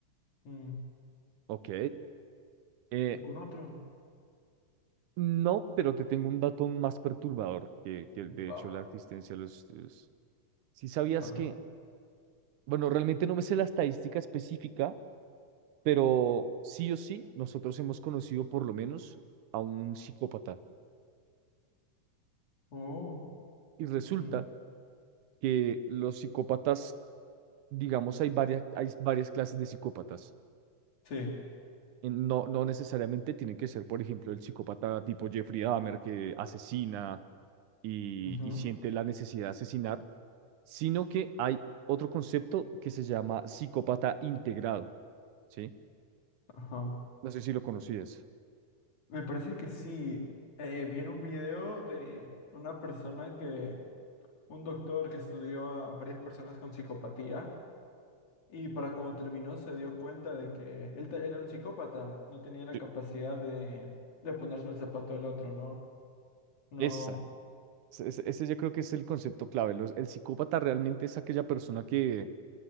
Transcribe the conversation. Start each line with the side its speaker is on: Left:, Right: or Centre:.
Left: Mm,
Right: Ok. Eh,
Left: ¿Algún otro?
Right: No, pero te tengo un dato aún más perturbador que, que de
Left: Baba.
Right: hecho la existencia de los estudios. Si sabías
Left: A ver.
Right: que, bueno, realmente no me sé la estadística específica, pero sí o sí, nosotros hemos conocido por lo menos a un psicópata.
Left: Oh,
Right: Y resulta
Left: mm,
Right: que los psicópatas, digamos, hay varias, hay varias clases de psicópatas.
Left: sí.
Right: En- No, no necesariamente tienen que ser, por ejemplo, el psicópata tipo Jeffrey Dahmer que asesina y,
Left: ujú,
Right: y siente la necesidad de asesinar sino que hay otro concepto que se llama psicópata integrado, ¿sí?
Left: Ajá.
Right: No sé si lo conocías.
Left: Me parece que sí. Eh, vi en un video de una persona que, un doctor que estudió a varias personas con psicopatía y para cuando terminó se dio cuenta de que él te- era un psicópata, no tenía la
Right: Sí.
Left: capacidad de, de ponerse en el zapato del otro, ¿no? No,
Right: Esa, ese, ese- ese yo creo que es el concepto clave. Los- el psicópata realmente es aquella persona que